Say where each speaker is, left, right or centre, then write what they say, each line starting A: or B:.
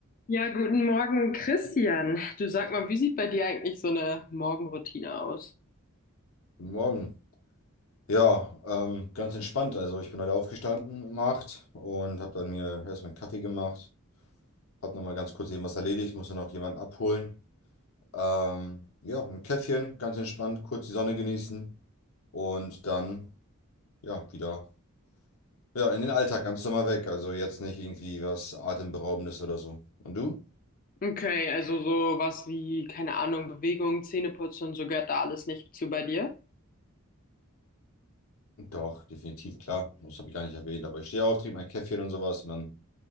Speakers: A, on the left; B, on the left.
A: Ja, guten Morgen, Christian. Du sag mal, wie sieht bei dir eigentlich so eine Morgenroutine aus?
B: Guten Morgen. Ja, ähm, ganz entspannt. Also ich bin heute aufgestanden um 8 und habe dann mir erstmal einen Kaffee gemacht. Habe nochmal ganz kurz eben was erledigt, musste noch jemanden abholen. Ähm, ja, ein Käffchen, ganz entspannt, kurz die Sonne genießen und dann ja wieder ja, in den Alltag ganz normal weg. Also jetzt nicht irgendwie was Atemberaubendes oder so. Und du?
A: Okay, also so was wie, keine Ahnung, Bewegung, Zähneputzen, so gehört da alles nicht zu bei dir?
B: Doch, definitiv, klar. Das habe ich gar nicht erwähnt, aber ich stehe auf, trinke mein Käffchen und sowas und dann